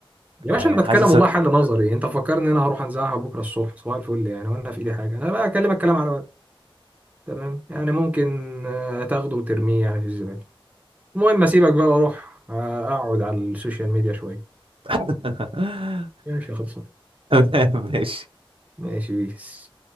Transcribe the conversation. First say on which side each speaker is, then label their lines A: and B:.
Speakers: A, on the right; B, on the right.
A: يا
B: يعني
A: باشا انا
B: حاسس
A: بتكلم والله
B: ان
A: حل نظري انت فكرني ان انا هروح انزعها بكره الصبح صباح الفل يعني وانا في ايدي حاجه انا بقى اكلمك كلام على ورق تمام يعني ممكن آه، تاخده وترميه يعني في الزباله المهم اسيبك بقى واروح آه، اقعد على السوشيال ميديا شويه
B: <laughs>
A: ماشي خلصان
B: ماشي
A: ماشي بيس